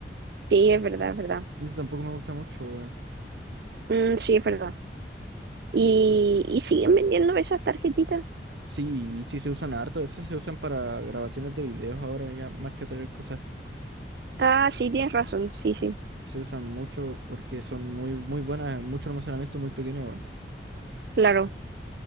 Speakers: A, on the right (about 60°); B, on the right (about 80°).
A: sí, es verdad, es verdad.
B: Eso tampoco me gusta mucho, weón.
A: Mm, sí, es verdad. ¿Y, y siguen vendiendo esas tarjetitas?
B: Sí, sí se usan harto, esas se usan para grabaciones de videos ahora ya, más que otras cosas.
A: Ah, sí, tienes razón, sí, sí,
B: Se usan mucho porque son muy, muy buenas, mucho almacenamiento muy pequeño, weón.
A: claro.